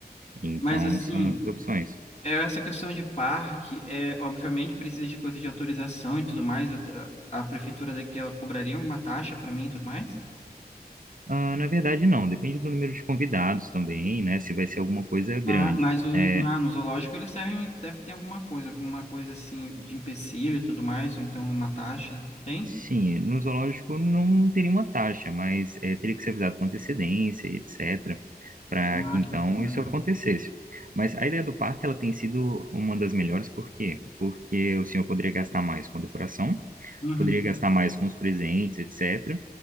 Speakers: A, on the right (about 55°); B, on the left (about 40°).
A: Então,
B: Mas assim,
A: são muitas opções.
B: é essa questão de parque, é, obviamente precisa de coisa de autorização e tudo mais. eu te- a prefeitura daqui, ela cobraria alguma taxa para mim e tudo mais?
A: Ah, na verdade, não. Depende do número de convidados também, né? Se vai ser alguma coisa grande.
B: Ah, mas o,
A: É,
B: ah, no zoológico eles devem, deve ter alguma coisa, alguma coisa assim de empecilho e tudo mais, ou então uma taxa. Tem?
A: sim, no zoológico não teria uma taxa, mas é, teria que ser avisado com antecedência e etc. Para
B: Ah,
A: que então
B: que bacana.
A: isso acontecesse. Mas a ideia do parque ela tem sido uma das melhores, por quê? Porque o senhor poderia gastar mais com decoração,
B: Uhum.
A: poderia gastar mais com os presentes, etc.